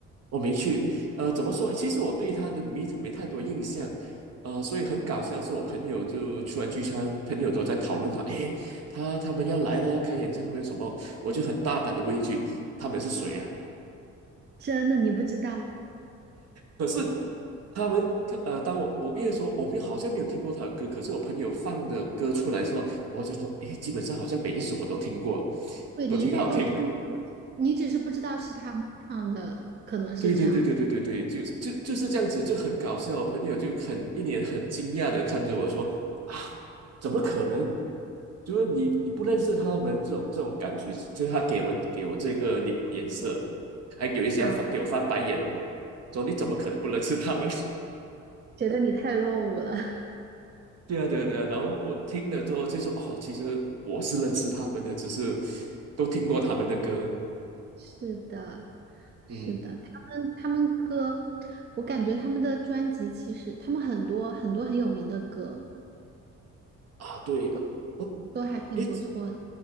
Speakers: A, on the right; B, on the right.
A: 我没去，呃，怎么说？其实我对他的没没太多印象，呃，所以很搞笑的是，我朋友就出来聚餐，朋友都在讨论他，诶，他他们要来了，要开演唱会什么，我就很大胆的问一句，他们是谁啊？
B: 真的，你不知道。
A: 可是他们呃，当我我因为说我们好像没有听过他的歌，可是我朋友放的歌出来说，我就说，诶，基本上好像每一首我都听过，
B: 对，
A: 都挺好听的。
B: 你应该都听过，你只是不知道是他们唱的，可能是这样子
A: 对对对对对对对，就就就是这样子，就很搞笑。我朋友就很一脸很惊讶的看着我说：“啊，怎么可能？就是你你不认识他们这种这种感觉，就是他给我们给我这个脸脸色，还有一些还翻给我翻白眼，
B: 啊，
A: 说你怎么可能不认识他们？”
B: 觉得你太落伍了。<laughs>
A: 对啊，对啊，对啊。然后我听了之后就说，哦，其实我是认识他们的，只是都听过他们的歌。
B: 是的，
A: 嗯，
B: 是的，他们他们歌，我感觉他们的专辑其实他们很多很多很有名的歌
A: 啊，对，
B: 都
A: 哦，
B: 都还挺不错的。
A: 诶，